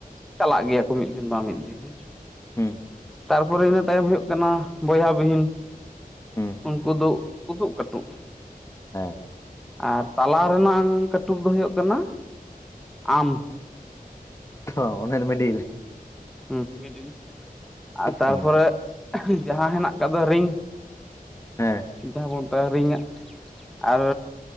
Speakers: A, in the centre; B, on the left.
A: ᱪᱟᱞᱟᱜ ᱜᱮᱭᱟ ᱠᱚ ᱢᱤᱫ ᱫᱤᱱ ᱵᱟᱝ ᱢᱤᱫ ᱫᱤᱱ ᱾
B: ᱦᱩᱸ
A: ᱛᱟᱨᱯᱚᱨᱮ ᱤᱱᱟᱹ ᱛᱟᱭᱚᱢ ᱦᱩᱭᱩᱜ ᱠᱟᱱᱟ ᱵᱚᱭᱦᱟ ᱵᱤᱦᱤᱱ ᱾
B: ᱦᱩᱸ
A: ᱩᱱᱠᱩ ᱫᱚ ᱩᱫᱩᱜ ᱠᱟᱹᱴᱩᱵ ᱾
B: ᱦᱮᱸ ᱾
A: ᱟᱨ ᱛᱟᱞᱟ ᱨᱮᱱᱟᱝ ᱠᱟᱹᱴᱩᱵ ᱫᱚ ᱦᱩᱭᱩᱜ ᱠᱟᱱᱟ ᱟᱢ᱾
B: ᱦᱚᱸ ᱚᱱᱟ ᱚᱱᱮ <unintelligible> ᱢᱤᱰᱤᱞ,
A: ᱦᱮ <unintelligible> ᱢᱤᱰᱤᱞ ᱟᱨ ᱛᱟᱨᱯᱚᱨᱮ
B: ᱦᱮᱸ
A: ᱡᱟᱦᱟᱸ ᱦᱮᱱᱟᱜ ᱟᱠᱟᱫ ᱫᱚ ᱨᱤᱝ᱾
B: ᱦᱮᱸ᱾
A: ᱡᱟᱦᱟᱸ ᱵᱚᱱ ᱛᱟᱦᱮᱨᱤᱤᱝᱟ <unintelligible> ᱟᱨ